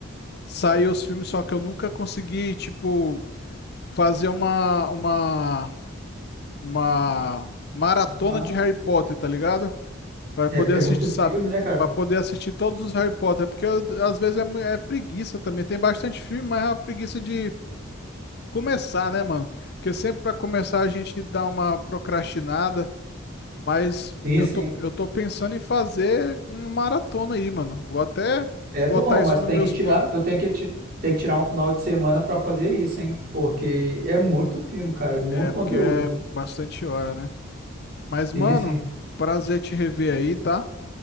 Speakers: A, on the left (about 50°); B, on the right (about 45°).
A: saiu os filmes, só que eu nunca consegui, tipo, fazer uma, uma, uma maratona
B: Uma-
A: de Harry Potter, tá ligado? Para poder
B: É,
A: assistir,
B: é muito
A: sabe?
B: filme, né, cara?
A: Para poder assistir todos os Harry Potter, porque eu- às vezes é, mu- é preguiça também. Tem bastante filme, mas é uma preguiça de começar, né, mano? Porque sempre para começar a gente dá uma procrastinada, mas
B: Sim,
A: eu
B: sim.
A: tô, eu tô pensando em fazer uma maratona aí, mano. Vou até
B: É
A: botar
B: bom, mas
A: isso nos
B: tem
A: meus
B: que tirar,
A: planos,
B: tu tem que, ti- tem que tirar um final de semana pra fazer isso, hein? Porque é muito filme, cara, é muito
A: é
B: conteúdo.
A: porque é bastante hora, né? Mas, mano,
B: Sim, sim.
A: prazer te rever aí, tá?